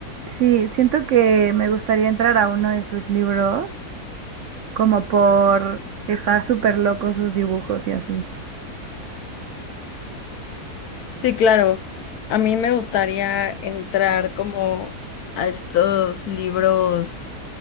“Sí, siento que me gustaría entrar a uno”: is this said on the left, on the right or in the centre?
Right